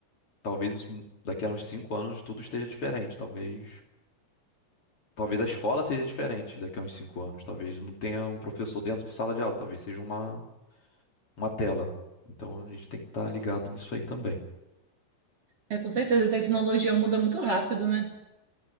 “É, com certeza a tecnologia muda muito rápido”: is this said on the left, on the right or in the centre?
Right